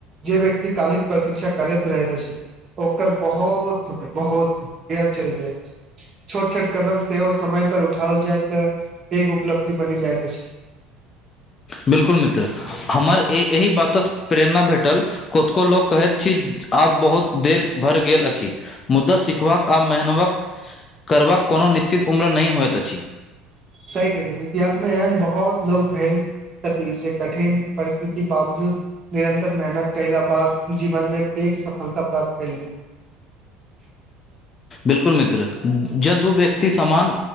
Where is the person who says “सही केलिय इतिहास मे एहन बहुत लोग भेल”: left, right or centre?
Right